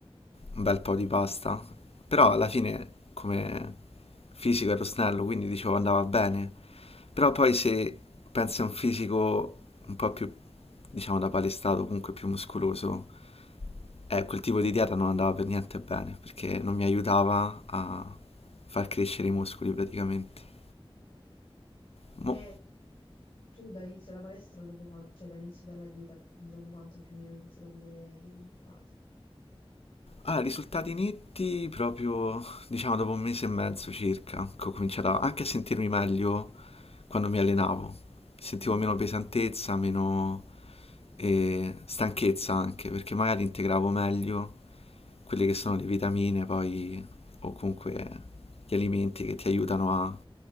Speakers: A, on the left; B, on the left.
A: un bel po' di
B: Mm.
A: pasta, però
B: Sì.
A: alla fine come fisico ero snello, quindi dicevo andava bene. Però poi se pensi a un fisico un po' più, diciamo, da palestrato, comunque più muscoloso, eh, quel tipo di dieta non andava per niente bene, perché non mi aiutava a far crescere i muscoli praticamente.
B: Mm.
A: Mo-
B: E tu dall'inizio della palestra, dopo quan- cioè dall'inizio della dieta, dopo quanto più o meno hai iniziato a vedere dei risultati?
A: Allora, risultati netti proprio, diciamo, dopo un mese e mezzo circa, che ho cominciato a- anche a sentirmi meglio quando mi allenavo. Sentivo
B: Mm.
A: meno pesantezza, meno eh, stanchezza anche, perché magari integravo meglio quelle che sono le vitamine, poi, o comunque gli alimenti che ti aiutano a,